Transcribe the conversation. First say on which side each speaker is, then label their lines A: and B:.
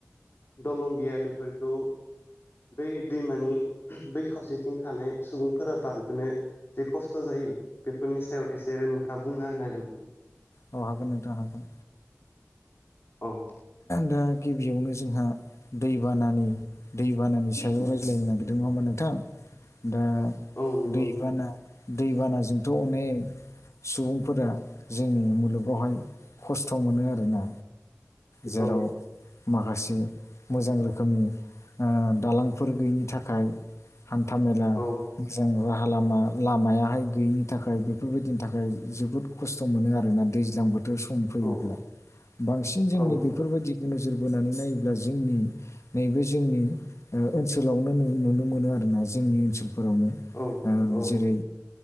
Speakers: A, on the left; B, on the left.
A: दलं गैया बेफोरखौ बै दैमानि बै खावसेथिं थानाय सुबुंफोरा बारबोनो जे खस्थ' जायो बेफोरनि सायाव एसे नोंथाङा बुंना होनो हागोन नामा?
B: अ हागोन नोंथां हागोन।
A: औ
B: दा गिबियावनो जोंहा दैबानानि दैबानानि सायाव रायज्लायनो नागिरदों नङा होमबा नोंथां दा
A: औ नंगौ
B: दैबाना
A: नोंथां
B: दैबानाजोंथ' अनेक सुबुंफोरा जोंनि मुलुगावहाय खस्थ' मोनो आरोना जेराव
A: औ
B: माखासे मोजां रोखोमनि ओ दालांफोर गैयिनि थाखाय हान्था मेला
A: औ
B: मोजां नङा राहालामा लामायाहाय गैयिनि थाखाय बेफोरबायदिनि थाखाय जोबोद खस्थ' मोनो आरोना दैज्लां बोथो र ओ सम फैयोब्ला
A: औ
B: बांसिन जोंनि
A: औ
B: बेफोरबायदिखौ नोजोर बोनानै नायोब्ला जोंनि नैबे जोंनि ओ ओनसोलावनो नुनो नुनो मोनो आरोना जोंनि ओनसोलफोरावनो
A: औ
B: ओ
A: औ
B: जेरै